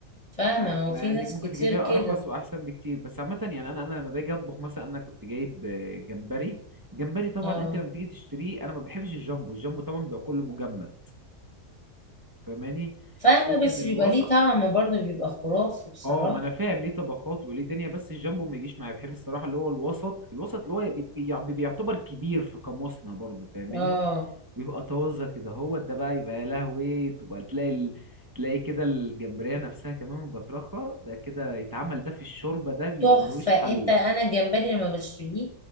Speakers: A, on the left; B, on the right.
A: فاهمه
B: مع
A: هو
B: مع
A: في
B: انك
A: ناس
B: ممكن
A: كتير
B: تجيبيها
A: كده
B: ارخص واحسن بكتير بس عامه يعني انا انا لما باجي اطبخ مثلا انا كنت جايب آه، جمبري جمبري طبعا
A: اه
B: انت لما تيجي تشتريه انا ما بحبش الجامبو الجامبو طبعا بيبقى كله مجمد فاهماني
A: فاهمه
B: لكن
A: بس
B: الوسط
A: بيبقى ليه طعم برضه بيبقى خرافي بصراحه
B: اه ما انا فاهم ليه طبخات وليه دنيا بس الجامبو ما يجيش معايا بحب الصراحه اللي هو الوسط الوسط اللي هو بي- يعني بيعتبر كبير في قاموسنا برضه فاهماني
A: اه
B: ويبقى طازه كده هو ده بقى يبقى يا لهوي تبقى تلاقي ال... تلاقي كده الجمبريه نفسها كمان من بطرخه ده كده يتعمل ده في الشوربه ده بيبقى
A: تحفة
B: ملوش حل
A: انت انا الجمبري لما بشتريه